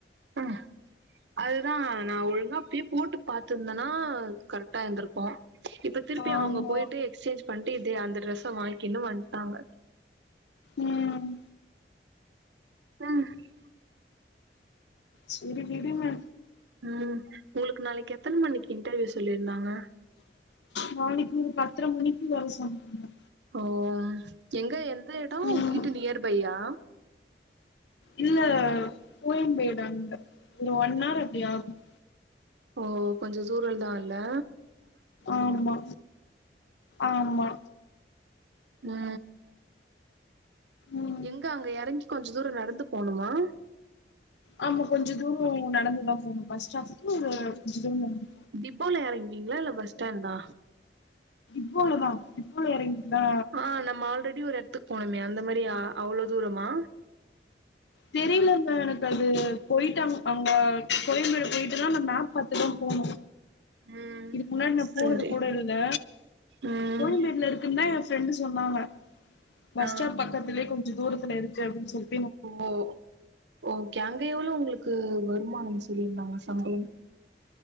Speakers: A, on the right; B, on the left.
A: அ அதுதா நா ஒழுங்கா அப்பயே போட்டு பாத்திருந்தன்னா கரெக்டா இருந்திருக்கோ இப்ப திருப்பி
B: ஆமா
A: அவங்க போயிட்டு எக்ஸ்சேஞ்ச் பண்ட்டு இது அந்த டிரெஸ்ஸ வாய்ங்கின்னு வந்ட்டாங்க
B: ம்
A: ஏங்க
B: சரி விடுங்க
A: ஆமா உங்களுக்கு நாளைக்கு எத்தன் மணிக்கு இன்டர்வியூ சொல்லியிருந்தாங்க
B: நாளைக்கு ஒரு பத்ர மணிக்கு வர சொன்னாங்க
A: ஓ எங்க எந்த எடம்
B: ம்
A: வீட்டு நியர் பையா
B: இல்ல கோயம்பேடு அங்க ஒரு ஒன் ஹவர் அப்டி ஆகும்
A: ஓ கொஞ்சோ ஜூரோம்தா ல
B: ஆமா ஆமா
A: ஆமா
B: ம்
A: எங்க அங்க எறங்கி கொஞ்ச தூரம் நடந்து போணுமா
B: ஆமா கொஞ்ச தூரம் நடந்துதா போனோ பஸ் ஸ்டாப்புக்கு கொஞ்ச தூரம் நடந்
A: டிப்போல எறங்குவீங்ளா இல்ல பஸ் ஸ்டாண்டா
B: ப்போலதா டிப்போல எறங்கிர்ந்தா
A: ஆ நம்ம ஆல்ரெடி ஒரு எடத்துக் போனுமே அந்த மாரியா அவ்ளோ தூரமா
B: தெரிலமா எனக்கது போய்ட்டாங்க அவுங்க கோயம்பேடு போய்ட்டுதா அந்த மேப் பாத்துதா போணு
A: ம்
B: இதுக்கு முன்னாடி நா
A: சரி
B: போனது கூட இல்ல
A: ம்
B: கோயம்பேட்ல இருக்குந்தா எ ஃப்ரெண்டு சொன்னாங்க பஸ்
A: ஆ
B: ஸ்டாப் பக்கத்துலே கொஞ்ச தூரத்துல இருக்கு அப்பின் சொல்
A: ஓ ஓகே அங்க எவ்வளோ உங்களுக்கு வருமானம் சொல்லியிருந்தாங்க சம்பளம்